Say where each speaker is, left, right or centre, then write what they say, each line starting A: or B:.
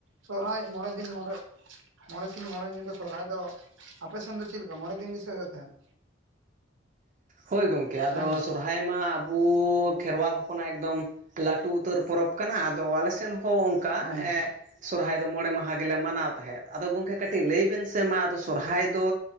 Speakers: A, on the right (about 85°); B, on the right (about 40°).
A: ᱥᱚᱨᱦᱟᱭ ᱢᱚᱬᱮ ᱼᱼ ᱫᱤᱱ ᱢᱚᱲᱮ ᱢᱚᱬᱮ ᱥᱤᱧ ᱢᱚᱬᱮ ᱧᱤᱫᱟᱹ ᱥᱚᱨᱦᱟᱭ ᱫᱚ ᱟᱯᱮᱥᱱ ᱫᱚ ᱪᱮᱫ ᱞᱮᱠᱟ ᱢᱚᱬᱮ ᱫᱤᱱ ᱜᱮᱥᱮ ᱦᱩᱭᱩᱜ ᱛᱟᱦᱮᱸᱫ
B: ᱦᱳᱭ ᱜᱚᱝᱠᱮ ᱟᱫᱚ
A: ᱦᱮᱸ ᱜᱚᱝᱠᱮ?
B: ᱥᱚᱨᱦᱟᱭ ᱚᱱᱟᱢᱟ ᱟᱵᱚ ᱠᱷᱮᱨᱣᱟᱞ ᱦᱚᱯᱚᱱᱟᱜ ᱮᱠᱫᱚᱢ ᱞᱟᱹᱴᱩ ᱩᱛᱟᱹᱨ ᱯᱚᱨᱚᱵᱽ ᱠᱟᱱᱟ ᱟᱫᱚ ᱟᱞᱮᱥᱮᱱ <unintelligible> ᱚᱱᱠᱟ
A: ᱦᱮᱸ
B: ᱮ ᱥᱚᱨᱦᱟᱭ ᱫᱚ ᱢᱚᱬᱮ ᱢᱟᱦᱟ ᱜᱮᱞᱮ ᱢᱟᱱᱟᱣ ᱛᱟᱦᱮᱸᱫ᱾ ᱟᱫᱚ ᱜᱚᱢᱠᱮ ᱠᱟᱹᱴᱤᱡ ᱞᱟᱹᱭ ᱵᱮᱱ ᱥᱮ ᱢᱟ ᱟᱫᱚ ᱥᱚᱨᱦᱟᱭ ᱫᱚ